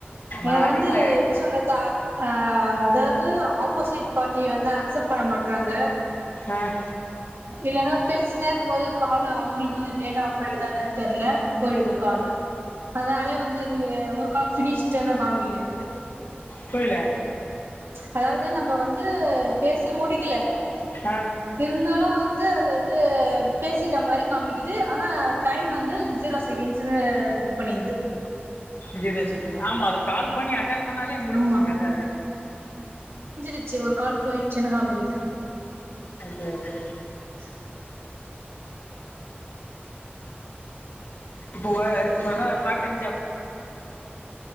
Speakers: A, on the right; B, on the left.
A: எனக்கு
B: நான் அதிகமா
A: வந்து என்ன சொல்றது அஹ் அதாவது ஆப்போசிட் பார்ட்டிய வந்து அக்செப்ட் பண்ண மாட்டறாங்க
B: ஆஹ்
A: இல்லலைன்னா பேசினேருக்கும் போது கால் அவங்களுக்கு வந்து டேட் ஆப் எ தான் தெரியல போயிடுது கால அதனாலே வந்து அது ஒரு கால் பினிஷ்ட்னு காமிக்குது எனக்கு
B: புரில
A: அதாவது நம்ம வந்து பேசியே முடிக்கல
B: ஆ
A: இருந்தாலும் வந்து வந்து பேசிட்ட மாதிரி காமிக்குது ஆனா டைம் வந்து ஜீரோ செகண்ட்ஸ்ன்னு இது பண்ணிருது
B: ஜீரோ செகண்ட் ஆமா அது கால் பண்ணி ன் பண்ணாலே முடிஞச்சு
A: ஆமா
B: கதை அது
A: ச்சு ஒரு கால் போயிடுச்சுனு காமிக்கிது
B: அதுே அதுே
A: <inaudible>
B: இப்போ இப்ப தான் part time job